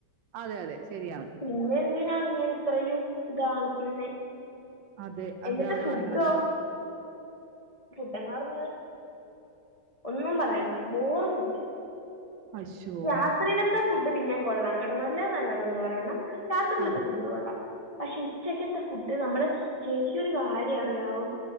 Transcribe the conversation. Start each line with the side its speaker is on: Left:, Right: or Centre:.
Right: അതെ അതെ ശരിയാണ്
Left: പിന്നെ എന്തിനാണ് ഇങ്ങന് ഇത്രയും ഇതാണിക്കുന്നേ
Right: അതെ എന്തിനാ
Left: എന്നിട്ട്
Right: അങ്ങനെ
Left: ഫുഡോ?
Right: കാണിക്കണത്
Left: ഫുഡ്ങ്ങ <unintelligible> ഒന്നും പറയണ്ട ബോറ് ഫുഡ്
Right: അശ്ശോ..
Left: രാത്രിയിലത്തെ ഫുഡ് പിന്നെയും കൊള്ളാം കേട്ടോ നല്ലത് നല്ലതെന്ന് പറയണം രാത്രിയിലത്ത
Right: ആഹ്
Left: ഫുഡ് കൊള്ളാം പക്ഷെ ഉച്ചക്കത്തെ ഫുഡ് നമ്മള് ചേച്ചിക്കൊരു കാര്യം അറിയാവോ?